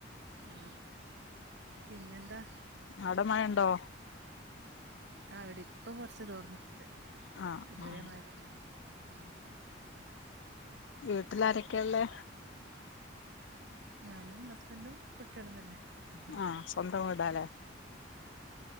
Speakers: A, on the right (about 60°); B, on the left (about 65°).
A: ആ പിന്നെെന്താ
B: അട മഴ ഉണ്ടോ
A: ആ ഇവിടെ ഇപ്പൊ കൊറച്ച് തോർന്നിട്ടുണ്ട്
B: ആഹ്
A: ഇതുവരമായ
B: ആഹ്
A: തന്നെയാണ് ഉ
B: വീട്ടിലാരൊക്കെയള്ളേ
A: ഞാനും ഹസ്ബൻടും കുട്ടികളും തന്നെ ഉം.
B: ആഹ സ്വന്തം വീടാലേ